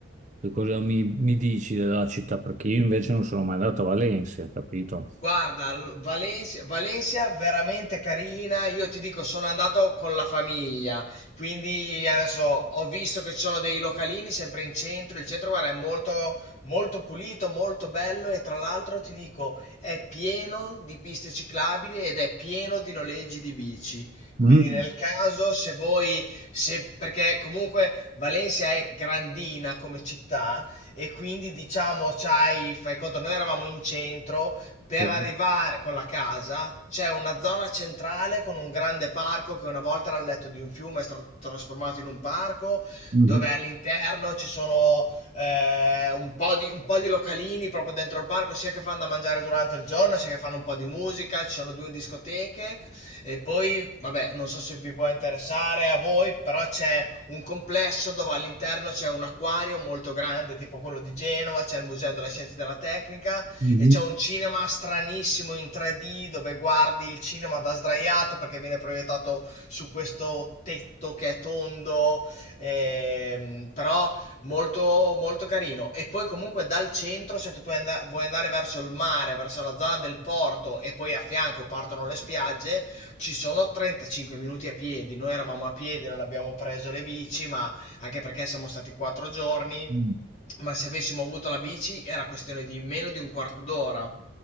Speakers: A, on the right (about 35°); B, on the left (about 35°).
A: che cosa mi, mi dici della città? Perché io invece non sono mai andato a Valencia, capito?
B: Guarda, l- Valencia, Valencia veramente carina. Io ti dico, sono andato con la famiglia, quindi adesso ho visto che ci sono dei localini sempre in centro. Il centro, guarda, è molto, molto pulito, molto bello e tra l'altro ti dico, è pieno di piste ciclabili ed è pieno di noleggi di bici. Quindi
A: Mm.
B: nel caso, se voi, se, perché comunque Valencia è grandina come città e quindi diciamo, c'hai, fai conto, noi eravamo in centro. Per
A: Sì.
B: arrivare con la casa c'è una zona centrale con un grande parco che una volta era il letto di un fiume, è stato trasformato in un parco,
A: Mhm,
B: dove all'interno ci sono eh, un po' di, un po' di localini proprio dentro il parco, sia che fanno da mangiare durante il giorno, sia che fanno un po' di musica, ci sono due discoteche e poi, vabbè, non so se vi può interessare a voi, però c'è un complesso dove all'interno c'è un acquario molto grande, tipo quello di Genova, c'è il Museo della Scienza e della Tecnica
A: mhm,
B: e c'è un cinema stranissimo in 3D dove guardi il cinema da sdraiato perché viene proiettato su questo tetto che è tondo, ehm, però molto, molto carino. E poi comunque dal centro, se tu puoi anda- vuoi andare verso il mare, verso la zona del porto e poi a fianco partono le spiagge, ci sono 35 minuti a piedi. Noi eravamo a piedi, non abbiamo preso le bici, ma anche perché siamo stati quattro giorni
A: mm.
B: ma se avessimo avuto la bici era questione di meno di un quarto d'ora.